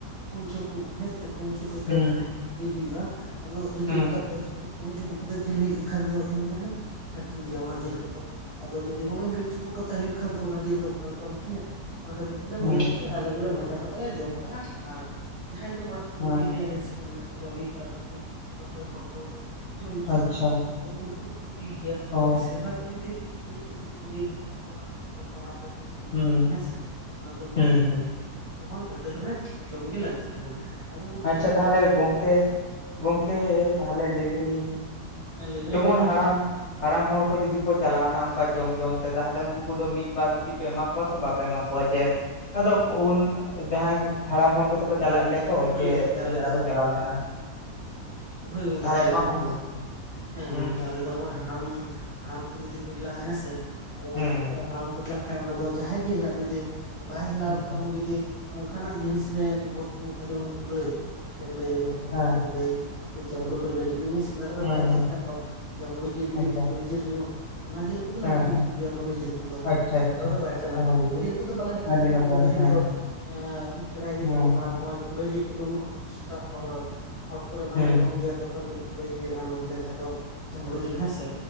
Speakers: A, on the right; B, on the left.
A: ᱯᱩᱱ ᱪᱩᱯᱩᱜ ᱦᱮᱸ ᱯᱩᱱ ᱪᱩᱯᱩᱫ ᱯᱮ
B: ᱦᱮᱸ,
A: ᱪᱩᱯᱩᱫ ᱡᱤᱞ ᱦᱩᱭᱩᱜᱼᱟ ᱟᱫᱚ ᱡᱩᱫᱤ
B: ᱦᱮᱸ,
A: ᱚᱱᱠᱟ ᱯᱮ ᱪᱩᱯᱩ ᱯᱩᱱ ᱪᱩᱯᱩᱫ ᱠᱟᱛᱮ ᱡᱤᱞ ᱦᱩᱭᱩᱜᱼᱟ ᱠᱷᱟᱱ ᱫᱚ ᱮᱱ ᱫᱚᱞᱮᱼᱼ ᱦᱟᱹᱴᱤᱧ ᱜᱮᱭᱟ ᱚᱱᱟ ᱡᱤᱞ ᱠᱚᱫᱚ ᱟᱫᱚ ᱡᱩᱫᱤ ᱦᱚᱸᱜᱼᱚᱭ ᱢᱤᱫ ᱪᱩᱯᱩᱜ ᱠᱟᱛᱮᱜ ᱦᱩᱭᱩᱜ ᱠᱷᱟᱱ ᱚᱱᱟ ᱡᱤᱞ ᱫᱚ ᱚᱠᱟ ᱞᱮᱠᱟᱢ ᱦᱟᱹᱴᱤᱧᱟ ᱚᱱᱟ ᱠᱷᱟᱹᱛᱤᱨ ᱛᱮᱞᱮ ᱢᱚᱱᱮᱭᱟ
B: ᱦᱮᱸ,
A: ᱟᱞᱮ ᱜᱮᱞᱮ ᱵᱷᱟᱡᱟ ᱠᱟᱛᱮ ᱞᱮ ᱡᱚᱢ ᱠᱟᱜᱼᱟ ᱟᱨ ᱡᱟᱦᱟᱸᱭ ᱫᱚ ᱚᱲᱟᱜ ᱠᱚ
B: ᱦᱮᱸ,
A: ᱤᱫᱤ
B: ᱦᱮᱸ,
A: ᱨᱮᱭᱟᱜ ᱨᱟᱹᱥᱠᱟᱹ ᱢᱮᱱᱟᱜ ᱛᱟᱠᱚᱣᱟ ᱢᱤᱫ ᱵᱟᱨᱼᱼᱼ ᱚᱲᱟᱜ ᱨᱮᱱ ᱦᱚᱲᱚᱸ ᱠᱚ ᱡᱚᱢ ᱦᱚᱪᱚ
B: ᱟᱪᱪᱷᱟ,
A: ᱠᱚᱣᱟ ᱟᱫᱚ ᱩᱱᱠᱩ ᱫᱚᱠᱚ ᱤᱫᱤᱭ ᱜᱮᱭᱟ
B: ᱚ᱾
A: ᱟᱫᱚ ᱵᱮᱥᱤᱨ ᱵᱷᱟᱜ ᱫᱚ ᱡᱩᱫᱤᱼᱼᱼ ᱢᱤᱫ ᱪᱩᱯᱩᱫ ᱠᱟᱛᱮ ᱡᱤᱞ ᱦᱩᱭᱩᱜ ᱠᱷᱟᱱ ᱫᱚ ᱚᱱᱟ ᱫᱚ ᱚᱲᱟᱜ ᱨᱮ ᱤᱫᱤ ᱠᱟᱛᱮ
B: ᱦᱩᱸ
A: ᱵᱷᱟᱹᱡᱤᱭᱟ ᱦᱮᱸᱥᱮ ᱚᱱᱟ ᱫᱚ ᱢᱤᱫ
B: ᱦᱩᱸ ᱦᱩᱸ
A: ᱡᱚᱛᱚ ᱦᱚᱲ ᱜᱟᱫᱮᱞ ᱨᱮ ᱡᱚᱢᱜᱮ ᱞᱟᱹᱠᱛᱤ ᱠᱟᱱᱟ ᱟᱫᱚ ᱜᱚᱝᱠᱮ
B: ᱟᱪᱪᱷᱟ
A: ᱦᱚᱜᱼᱚᱝᱠᱟ
B: ᱛᱟᱦᱚᱞᱮ
A: ᱡᱩᱫᱤᱼᱼ
B: ᱜᱚᱝᱠᱮ ᱛᱟᱦᱚᱞᱮ ᱞᱟᱹᱭ ᱫᱟᱹᱞᱤᱧ
A: ᱦᱮᱸ ᱞᱟᱹᱭ
B: ᱡᱮᱢᱚᱱ
A: ᱵᱮᱱ
B: ᱦᱟᱲᱟᱢᱼᱼᱼ ᱦᱟᱲᱟᱢ ᱦᱚᱲ ᱠᱚ ᱡᱩᱫᱤ ᱠᱚ ᱪᱟᱞᱟᱣᱱᱟ ᱚᱱᱠᱟ ᱡᱚᱢ ᱡᱚᱢ ᱛᱮ ᱛᱟᱦᱚᱞᱮ ᱩᱱᱠᱩ ᱠᱚᱫᱚ ᱢᱤᱫ ᱵᱟᱨ ᱠᱩᱴᱤ ᱯᱮ ᱮᱢᱟ ᱠᱚᱣᱟ ᱥᱮ ᱵᱟᱯᱮ ᱮᱢᱟ ᱠᱚᱣᱟ ᱡᱮᱼᱼ ᱟᱫᱚ ᱩᱱ ᱡᱟᱦᱟᱸᱭ ᱦᱟᱲᱟᱢ ᱦᱚᱲ ᱠᱚᱫᱚ ᱠᱚ ᱪᱟᱞᱟᱜ ᱜᱮᱭᱟ ᱛᱚ
A: ᱦᱳᱭ
B: ᱡᱮ
A: ᱜᱚᱝᱠᱮ
B: ᱥᱮᱸᱫᱽᱨᱟ
A: ᱟᱞᱮ ᱫᱚ
B: ᱠᱚ ᱪᱟᱞᱟᱣ ᱞᱮᱱᱟ
A: ᱦᱳᱭ ᱜᱚᱝᱠᱮ
B: ᱛᱟᱦᱚᱞᱮ
A: ᱟᱞᱮ
B: ᱮᱢᱟ ᱠᱚᱜᱮ
A: ᱦᱚᱸ ᱦᱮᱸ
B: ᱦᱩᱸ
A: ᱜᱚᱝᱠᱮ ᱟᱞᱮ ᱫᱚ ᱦᱚᱸᱜᱼᱚᱭ ᱦᱟᱲᱟᱢ ᱦᱟᱲᱟᱢ ᱠᱚ ᱡᱩᱫᱤ ᱠᱚ ᱦᱮᱞᱟᱜᱼᱟ ᱦᱮᱸ ᱥᱮ ᱟᱫᱚ
B: ᱦᱩᱸ
A: ᱚᱱᱟ ᱚᱠᱛᱚ ᱨᱮ ᱦᱟᱲᱟᱢ ᱠᱚ ᱦᱮᱞᱟᱜ ᱠᱷᱟᱡ ᱚᱱᱟ ᱫᱚ ᱡᱟᱦᱟᱸᱭ ᱜᱮ ᱦᱮᱞᱟᱜ ᱡᱩᱫᱤ ᱵᱟᱭ ᱦᱮᱞᱟᱣ
B: ᱟᱪᱪᱷᱟ
A: ᱟᱠᱟᱱ ᱨᱮᱦᱚᱸ ᱡᱩᱫᱤ ᱚᱱᱠᱟᱱᱟᱜ ᱡᱤᱱᱤᱥ ᱞᱮ ᱜᱚᱡ ᱠᱚᱠᱷᱟᱡ ᱡᱮᱢᱚᱱ ᱠᱩᱞᱟᱹᱭ ᱵᱮᱱ ᱞᱟᱹᱭ ᱛᱚᱨᱦᱚᱫ
B: ᱦᱮᱸ
A: ᱵᱮᱱ ᱞᱟᱹᱭ ᱥᱮ ᱡᱟᱸᱵᱽᱲᱩ ᱵᱮᱱ ᱞᱟᱹᱭ ᱡᱩᱫᱤ ᱩᱱᱤ ᱥᱮᱸᱫᱽᱨᱟ ᱨᱮ
B: ᱦᱩᱸ
A: ᱵᱟᱭ ᱛᱟᱦᱮᱸ
B: ᱦᱩᱸ
A: ᱠᱟᱱ ᱨᱮᱦᱚᱸ ᱡᱟᱸᱵᱽᱲᱩ ᱡᱤᱞ ᱦᱩᱭᱩᱜ
B: ᱟᱪᱪᱷᱟ
A: ᱠᱩᱞᱟᱹᱭ ᱦᱩᱭᱩᱜ ᱚᱱᱟ ᱡᱤᱞ ᱠᱩ ᱫᱚᱞᱮ
B: ᱦᱮᱸ
A: ᱦᱟᱹᱴᱤᱧ
B: ᱦᱮᱸ
A: ᱟᱠᱚ ᱜᱮᱭᱟ ᱨᱩᱸᱰᱟᱹ ᱡᱤᱞ ᱠᱚᱫᱚ
B: ᱟᱪᱪᱷᱟ
A: ᱥᱮᱸᱫᱽᱨᱟ
B: ᱟᱪᱪᱷᱟ
A: ᱨᱮ ᱵᱟᱭ ᱪᱟᱞᱟᱜ
B: ᱦᱮᱸ
A: ᱨᱮᱦᱚᱸ ᱜᱩᱰᱩ ᱡᱤᱞ ᱵᱟᱞᱮ ᱦᱟᱹᱴᱤᱧ
B: ᱟᱹᱰᱤ
A: ᱠᱚᱦᱚᱸ
B: ᱱᱟᱯᱟᱭ
A: ᱜᱩᱰᱩ ᱡᱤᱞ
B: ᱦᱮᱸ
A: ᱫᱚᱼᱼ ᱮ ᱯᱨᱟᱭ ᱜᱮ
B: ᱦᱮᱸ
A: ᱧᱟᱢᱚᱜᱼᱟ ᱦᱳᱭ ᱠᱩᱞᱟᱹᱭ ᱡᱤᱞ ᱠᱚᱫᱚ ᱩᱱᱟᱹᱜ ᱥᱮᱴᱟᱜ ᱦᱚᱲ ᱠᱚᱨᱮ ᱵᱟᱝ
B: ᱦᱮᱸ
A: ᱧᱟᱢᱚᱜ ᱜᱮᱭᱟ ᱛᱚᱨᱦᱚᱫ ᱡᱤᱞ ᱠᱩᱞᱟᱹᱭ ᱡᱤᱞ ᱟᱨ ᱱᱚᱱᱛᱮ ᱡᱟᱦᱟᱸ ᱫᱚ ᱡᱷᱟᱸᱵᱽᱲᱩ ᱡᱤᱞ ᱦᱮᱸᱥᱮ